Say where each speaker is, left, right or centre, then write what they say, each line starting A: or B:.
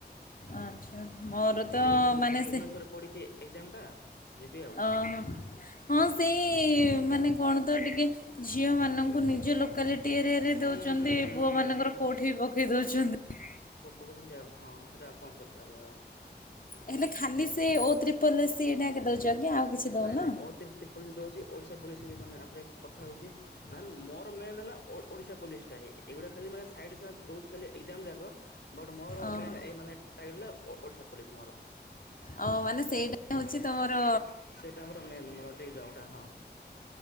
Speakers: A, on the left; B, on the left.
A: ଆଚ୍ଛା। ମୋର ତ
B: ଏକ୍ଜାମ ସବୁ
A: ମାନେ
B: ଭୁ ଭୁବନେଶ୍ୱରରେ
A: ସେ
B: ପଡିଛି ଏକ୍ଜାମ ଟା ଯିବି ଆଉ
A: ଅ ହଁ ସେଇ
B: ହୁଁ
A: ମାନେ କଣ ତ ଟିକେ ଝିଅମାନଙ୍କୁ
B: ହୁଁ।
A: ନିଜ ଲୋକ ସକା ଟିଆରିଆରେ ଦଉଛନ୍ତି
B: ହୁଁ ହୁଁ ହୁଁ
A: ପୁଅ
B: ହୁଁ
A: ମାନଙ୍କର କୋଉଠି ପକେଇ ଦଉଛନ୍ତି।
B: ପ ପକଉଛନ୍ତି ଆଉ ହଁ ସେଇଟାଉ କଣ କରିପାରିବା ଆଉ। ହୁଁ।
A: ହେଲେ ଖାଲି ସେ ଓ ତ୍ରିପଲରେ ସେଇଟା ଦଉ ଆଜ୍ଞା ଆଉ। କିଛି ଦଉନ?
B: ନାଇଁ ନାଇଁ ଓ ତିରପୋଲ ପୋଲିସ ହଉଛି ଓଡିଶା ପୋଲିସ ବି ମାନେ ଆପ୍ କଥା ହଉଛି। ମ ମୋର ମେନ୍ ହେଲା ଓଡିଶା ପୋଲିସ ଟା ଏଇଗୁଟା ଖାଲି ମାନେ ସାଇ ଦଉଛି ଖାଲି ଏଜ ଯାକ ବଟ୍ ମୋର
A: ଓହୋ
B: ମ ମାନେ ଓଡିଶା ପୋଲିସ ମୋର।
A: ଅ ମାନେ ସେଇଟା ହଉଛି
B: ହୁଁ
A: ତମର
B: ସେଇଟା ମୋର ମେନ୍ ମୋର ଦ ଯାଉଉଟା ହଁ।